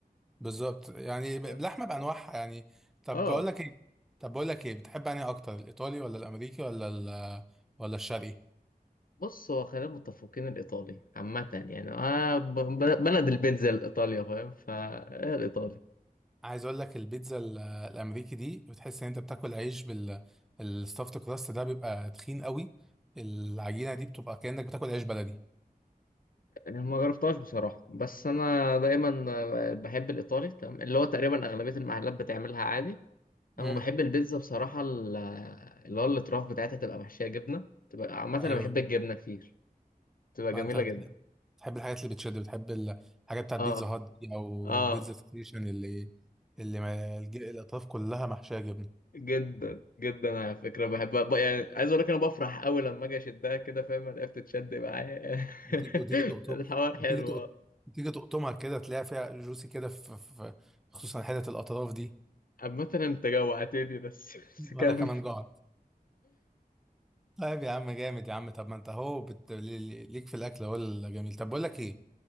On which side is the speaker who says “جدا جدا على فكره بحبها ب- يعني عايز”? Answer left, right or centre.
Left